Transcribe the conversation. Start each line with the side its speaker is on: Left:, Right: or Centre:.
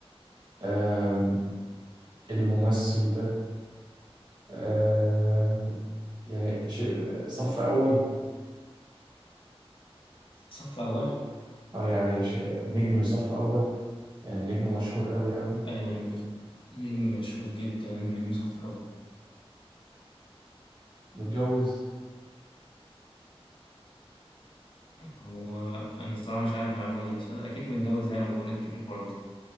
Right: آم، الممثل ده آم، يعني ش- صف أول
Left: صف أول
Right: اه يعني ش- نجم صف أول يعني نجم مشهور أوي أوي
Left: أيوة نجم نجم مشهور جدا ونجم صف أول
Right: متجوز
Left: هو أنا الصراحة مش عارف المعلومة دي بس هو أكيد متجوز يعني وبقولك كبير برضه